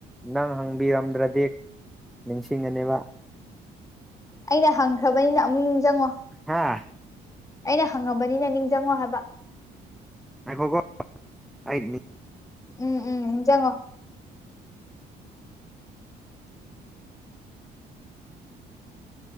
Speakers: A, in the centre; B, on the left (about 20°).
A: ꯅꯪ ꯍꯪꯕꯤꯔꯝꯗ꯭ꯔꯗꯤ ꯅꯤꯡꯁꯤꯡꯉꯅꯦꯕ
B: ꯑꯩꯅ ꯍꯪꯈ꯭ꯔꯕꯅꯤꯅ ꯑꯃꯨꯛ ꯅꯤꯡꯁꯤꯡꯉꯣ
A: ꯍꯥꯥ
B: ꯑꯩꯅ ꯍꯪꯉꯕꯅꯤꯅ ꯅꯤꯡꯁꯤꯡꯪꯉꯣ ꯍꯥꯏꯕ
A: ꯑꯩꯈꯒꯣ ꯍꯥꯏ
B: ꯎꯝ ꯎꯝ ꯆꯉꯣ